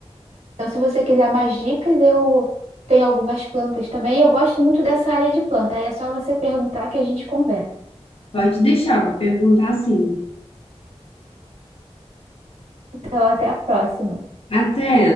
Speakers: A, on the right; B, on the left.
A: Então, se você quiser mais dicas, eu tenho algumas plantas também. E eu gosto muito dessa área de planta. Aí é só você perguntar que a gente conversa.
B: Pode deixar, vou perguntar sim.
A: Então, até a próxima.
B: Até.